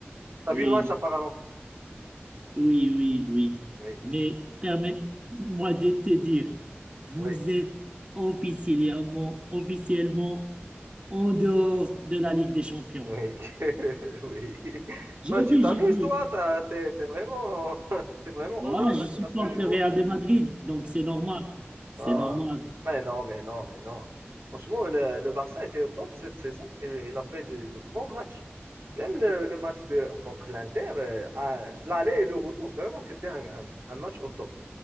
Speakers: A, on the right (about 70°); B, on the right (about 25°).
A: T'as
B: Oui,
A: vu le match apparemment?
B: oui, oui, oui.
A: Oui,
B: Mais permets-moi de te dire, vous
A: oui.
B: êtes officiellement, officiellement en dehors de la Ligue des Champions.
A: Oui, <laughs> oui.
B: J'ai
A: Bah, tu
B: vu,
A: t'amuses,
B: j'ai vu.
A: toi, t'as- t'es, t'es vraiment, <laughs> t'es vraiment
B: Voilà,
A: heureux
B: je supporte
A: à ce que je vois.
B: le Real de Madrid, donc c'est normal. C'est
A: Ah,
B: normal.
A: mais non, mais non, mais non. Franchement, le, le Barça était au top cette saison et il a fait de, de grands matchs. Même le, le match de, contre l'Inter, euh, à l'aller et le retour, vraiment, c'était un, un- un match au top.